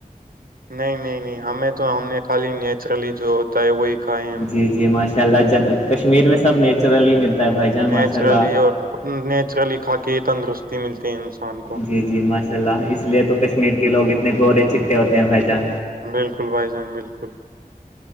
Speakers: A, on the right (about 75°); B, on the left (about 50°).
A: نہیں نہیں نہیں ہمیں تو ہم نے خالی نیچرلی جو ہے وہیائ
B: جی جی ماشاء اللہن کشمیر میں سب نیچورلی ملتا ہے بھائی جان ماشاء
A: نیچرلی
B: اللہ
A: اور نیچرلی کھا کے تندرستی ملتی ہے انسان کو
B: جی جی ماشاء اللہ اس لیے تو کشمیر کے لوگ اتنے گورے چٹے ہوتے ہیں بھائی جان
A: بالکل بھائی جان بالکل